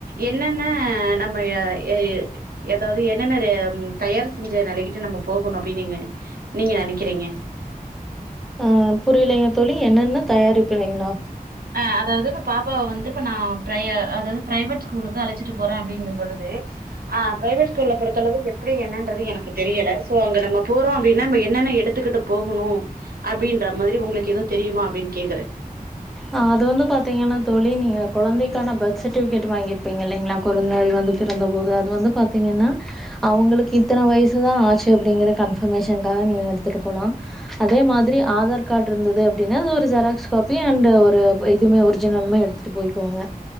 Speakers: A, on the right (about 80°); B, in the centre.
A: என்னென்ன நம்ம அ அயி எதாவது என்னென்ன ரெ தயார் செஞ்ச நெலைகிட்டு நம்ம போகணு அப்டி நீங்க நீங்க நெனைக்கிறீங்க
B: அ புரியலைங்க தோழி என்னென்ன தயாரிப்புல்லைங்களா
A: ஆ அதாவது இப்ப பாப்பாவ வந்து இப்ப நா பிரைய அதாவது பிரைவேட் ஸ்கூலுக்கு அழச்சிட்டு போறே அப்டிங்கம்பொழுது ஆ பிரைவேட் ஸ்கூல்ல பொறுத்தளவு எப்டி என்னன்றது எனக்கு தெரியல சோ அங்க நம்ம போறோ அப்டின்னா ம என்னென்ன எடுத்துக்கிட்டு போகணூ அப்டின்ற மாதிரி உங்களுக்கு எது தெரியுமா அப்டின் கேக்குறே
B: ஆ அது வந்து பாத்தீங்கனா தோழி நீ குழந்தைக்கான பர்த் சர்டிஃபிகேட் வாங்கிருப்பீங்க இல்லைங்ளா கொழுந்தாய் வந்து பிறந்தபோது அது வந்து பாத்தீங்கன்னா அவங்களுக்கு இத்தன வயசுதா ஆச்சி அப்டிங்கிற கன்ஃபர்மேஷன்க்காக நீங்க எடுத்துட்டு போலா அதே மாதிரி ஆதார் கார்ட்ருந்தது அப்டினா அது ஒரு ஜெராக்ஸ் காப்பி அந்த ஒரு இதுவுமே ஒரிஜினல்மே எடுத்துட்டு போய்க்கோங்க